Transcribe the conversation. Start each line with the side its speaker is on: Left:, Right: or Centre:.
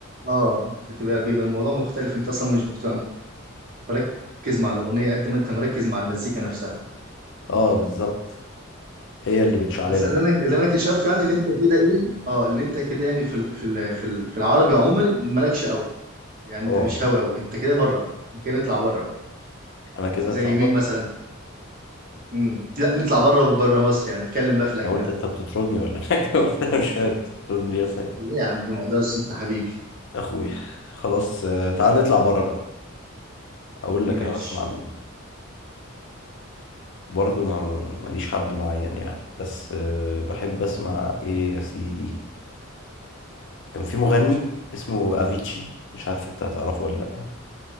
Right: آه، بتبقى بيبقى الموضوع مختلف انت اصلا مش بتبقى مركز مع الأغنية قد ما انت مركز مع المزيكا نفسها
Left: اه بالظبط هي اللي بتشعللك
Right: بس اللي انا اللي انا كشفته يعني اللي انت كده ايه اه اللي انت كده يعني في ال... في ال... في ال... في العربي عموما مالكش قوي يعني
Left: اه
Right: انت مش هاوي قوي انت كده بره بقى احنا كده نطلع بره بقى
Left: انا كده
Right: زي
Left: اتلخبطت
Right: مين مثلا امم لا نطلع بره بره مصر يعني نتكلم بقى في الاجنبي
Left: أنا قلت انت بتطردني ولا حاجه <laughs> قلت انا مش فاهم انت بتطردني ليه يا سيد
Right: ليه يا عم ما اقدرش انت حبيبي
Left: اخوي خلاص آه، تعال نطلع بره بقى اقول لك
Right: ماشي
Left: انا بسمع مين برضو ما ماليش حد معين يعني بس آه، بحب اسمع ايه يا سيدي كان في مغني اسمه افيتشي مش عارف انت هتعرفه ولا لا